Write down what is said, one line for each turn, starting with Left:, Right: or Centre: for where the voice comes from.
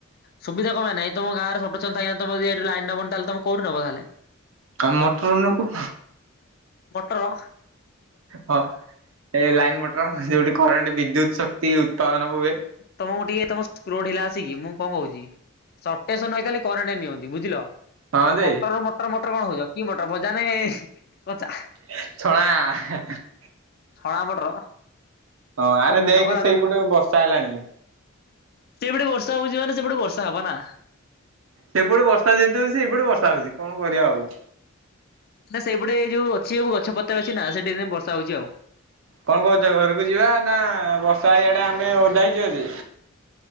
Left: ସୁବିଧା କଣ ପାଇଁ ନାଇ ତମ ଗାଁରେ ସପ୍ ଟେସନ୍ ଥାଇକି ନା ତମ ଯଦି ଲାଇନ ନବନି ତାହଲେ ତମେ କୋଉଠୁ ନବ ତାହଲେ।
Right: କାମ ଠୁ ନୋବୁ।
Left: ବଟର।
Right: ହଁ ଅ ଏ ଲାଇନ୍ ମଟର ସେଉଟି କରେଣ୍ଟ ବିଦ୍ୟୁତ ଶକ୍ତି ଉତ୍ପାଦନ ହୁଏ।
Left: ତମକୁ ଟିକେ ତମ ସ୍କ୍ରୂ ଢିଲା ଅଛି କି ମୁଁ କଣ କହୁଚି ସପ୍ ଟେସନ୍ ନ ହେଇପାଇଲେ କରେଣ୍ଟ ନିଅ। ବୁଝିଲ
Right: ହଁ
Left: ତ
Right: ଯେ
Left: ମଟରରୁୁ ମଟର ମଟର କଣ ହଉଚ କି ମଟର ଭଜରେ କଚା।
Right: ଛଣା।
Left: ଛଣା ମଟର।
Right: ହଁ
Left: ତମ
Right: ଆରେ
Left: ମୁଣ୍ଡ
Right: ଦେଖେ
Left: ଖରାପ
Right: ସେଇପଟେ
Left: ତମ
Right: ବି ବର୍ଷା ହେଲାଣି।
Left: ସେପଟେ ବର୍ଷା ହଉଚିଣମାନେ ସେପଟେ ବର୍ଷା ହବ ନା।
Right: ସେପଟୁ ବର୍ଷା ଯେତେ ହଉଛି ଏପଟେ ବର୍ଷା ହଉଚି କଣ କରିଆ ଆଉ।
Left: ନା ସେଇ ପଟେ ଏ ଯୋଉ ଅଛି ସବୁ ଗଛପତ୍ର ଅଛି ନା ସେଥିପାଇଁ ବର୍ଷା ହଉଚି ଆଉ।
Right: କଣ କହୁଚ ଘରକୁ ଯିବା ନା ବର୍ଷା ଏଇଆଡେ ଆମେ ଓଦା ହେଇଯିବା ଯେ।